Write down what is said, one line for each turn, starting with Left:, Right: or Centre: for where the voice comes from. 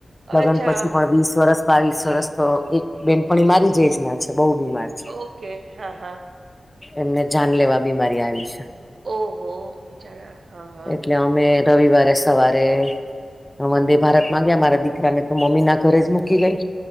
Left: લગ્ન
Right: અચ્છા
Left: પછી પણ વીસ વરસ બાવીસ રસ તો એક બેનપણી મારી જ જ ના છે બહુ બીમાર છે.
Right: ઓકે હા હા.
Left: એમને જાન લેવા બીમારી આવી છે.
Right: ઓહો. બિચારા હા હા.
Left: એટલે અમે રવિવારે સવારે હ વંદે ભારત માં ગયા મારા દીકરાને તો મમ્મી ના ઘરે જ મૂકી ગઈ